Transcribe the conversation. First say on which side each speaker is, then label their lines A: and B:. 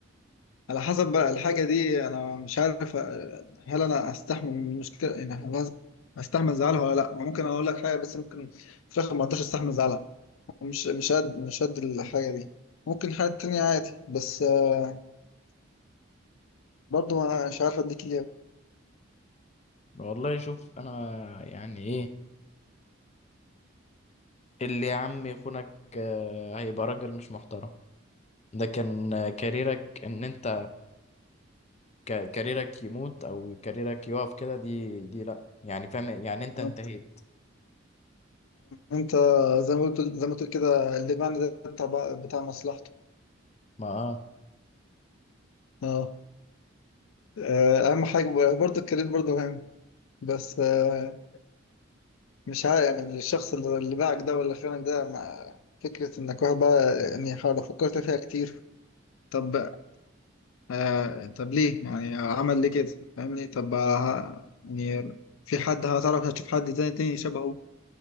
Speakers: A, on the left; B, on the left.
A: على حسب بقى الحاجه دي انا مش عارف آه، هل انا استحمل المشكله يعني هل استحمل زعلها ولا لا ممكن اقول لك حاجه بس ممكن في الاخر ما اقدرش استحمل زعلها مش مش قد مش قد الحاجه دي ممكن حاجه تانية عادي بس آه، برضه ما- مش عارف اديك اجابه
B: والله شوف انا يعني ايه اللي يا عم يخونك آه، هيبقى راجل مش محترم ده كان آه، كاريرك ان انت ك- كاريرك يموت او كاريرك يقف كده دي دي لا يعني فاهم يعني انت
A: يعني
B: انتهيت
A: انت زي ما قلت زي ما تقول كده اللي معنى ده بتاع بتاع مصلحته
B: ما آه.
A: اه آه، اهم حاجه برضه الكارير برضه مهم بس آه، مش عارف يعني الشخص اللي اللي باعك ده ولا خانك ده مع فكرة انك واحد بقى يعني حاول فكرت فيها كتير طب آه طب ليه يعني عمل ليه كده فاهمني طب آه يعني في حد هتعرف هتشوف حد زي تاني شبهه